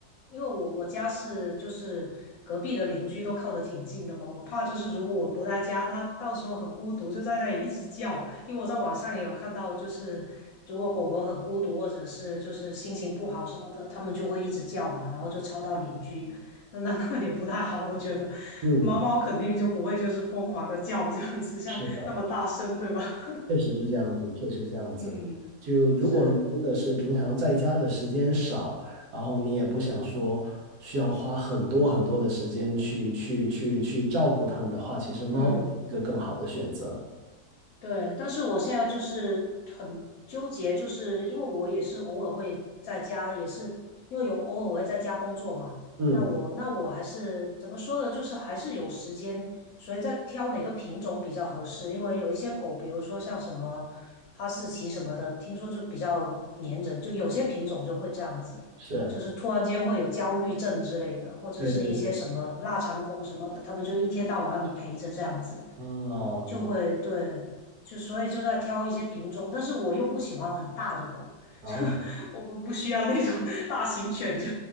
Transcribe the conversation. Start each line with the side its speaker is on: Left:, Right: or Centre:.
Left: 因为我我家是就是隔壁的邻居都靠得挺近的嘛，我怕就是如果我不在家，它到时候很孤独，就在那里一直叫。因为我在网上也有看到，就是如果狗狗很孤独或者是就是心情不好什么的，它们就会一直叫嘛，然后就吵到邻居，那那那也不太好。我觉得
Right: 嗯。
Left: 猫猫肯定就不会就是疯狂的叫这样子，像那么大声，
Right: 是。
Left: 对吧？
Right: 确实是这样子，确实是这样子。
Left: <laughs> 嗯，
Right: 就如果你真的是平常在家的时间少，
Left: 是，
Right: 然后你也不想说需要花很多很多的时间去去去去照顾它们的话，其实猫会是一个更好的选择。
Left: 嗯。对，但是我现在就是很纠结，就是因为我也是偶尔会在家，也是因为有偶尔我会在家工作嘛。
Right: 嗯，
Left: 那我那我还是怎么说呢？就是还是有时间，所以在挑哪个品种比较合适。因为有一些狗，比如说像什么哈士奇什么的，听说就比较粘人，就有些品种就会这样子，
Right: 是，
Left: 就是突然间会有焦虑症之类的，或者是一些什么腊肠狗什么的，
Right: 对对对。
Left: 他们就一天到晚让你陪着这样子。
Right: 哦，明，
Left: 就会对，就所以就在挑一些品种，但是我又不喜欢很大的狗，<laughs>
Right: 哦，
Left: 就我我不需要那种 <laughs> 大型犬，就